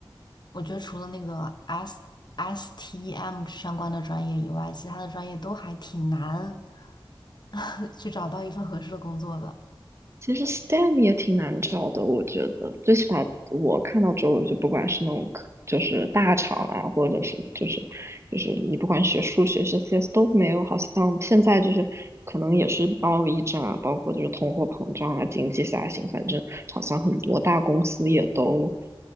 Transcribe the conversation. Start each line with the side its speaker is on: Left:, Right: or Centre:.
Left: 我觉得除了那个 S STEM 相关的专业以外，其他的专业都还挺难 <laughs> 去找到一份合适的工作的。
Right: 其实 STEM 也挺难找的，我觉得最起码我看到周围就不管是那种科，就是大厂啊，或者是就是就是你不管学数学、学 CS 都没有，好像现在就是可能也是贸易战啊，包括就是通货膨胀啊、经济下行，反正好像很多大公司也都